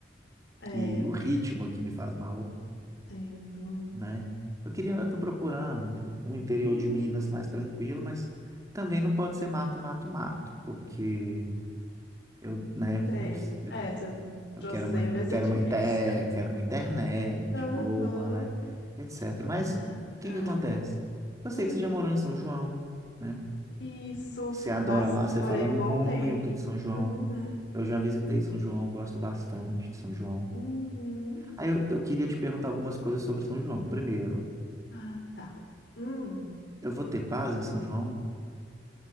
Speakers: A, on the left; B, on the right.
A: é,
B: que o ritmo aqui me faz mal,
A: entendo.
B: né? Eu queria, eu tô procurando um interior
A: Hum,
B: de Minas mais tranquilo, mas também não pode ser mato, mato, mato, porque eu, né,
A: sei.
B: eu, preciso-
A: É, você,
B: eu
A: pra
B: quero
A: você
B: uma,
A: vai ser
B: quero
A: difícil.
B: uma, inte- eh,
A: <laughs>
B: quero uma internet
A: Aham,
B: boa, né, etc. Mas
A: Ah,
B: o que
A: tá.
B: que acontece? Eu
A: Hum,
B: sei que você já morou em São João, né?
A: isso,
B: Você adora
A: bas-
B: lá, você
A: morei
B: fala muito
A: um bom tempo.
B: de São João.
A: Uhum,
B: Eu já visitei São João, gosto bastante de São João.
A: uhum.
B: Aí eu, eu queria te perguntar algumas coisas sobre São João. Primeiro,
A: Ah, tá. Hum.
B: eu vou ter paz em São João?